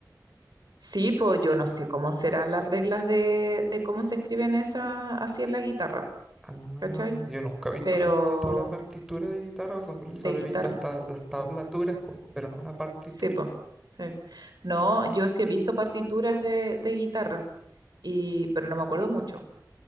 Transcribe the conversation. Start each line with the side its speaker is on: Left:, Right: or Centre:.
Right: Sí, pues yo no sé cómo serán las reglas de, de cómo se escriben esas así en la guitarra,
Centre: Ah,
Right: ¿cachai?
Centre: yo nunca he visto
Right: pero
Centre: una partitura, partitura de guitarra, o sea, pero
Right: de
Centre: solo
Right: guitarra,
Centre: he visto hasta las tablaturas, po, pero no una partitura.
Right: sí, po, sí. No, yo sí he visto partituras de, de guitarra, y, pero no me acuerdo mucho,